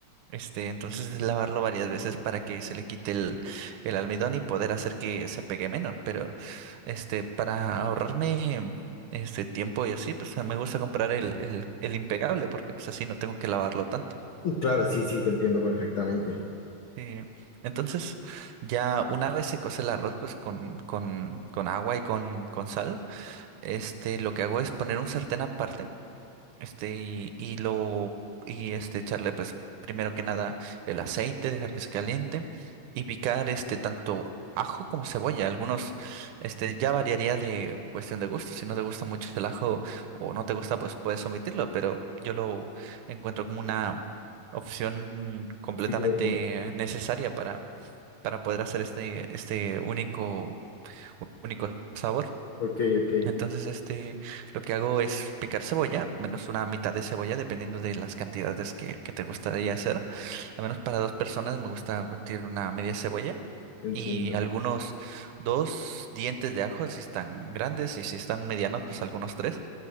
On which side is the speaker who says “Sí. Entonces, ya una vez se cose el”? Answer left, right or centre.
Right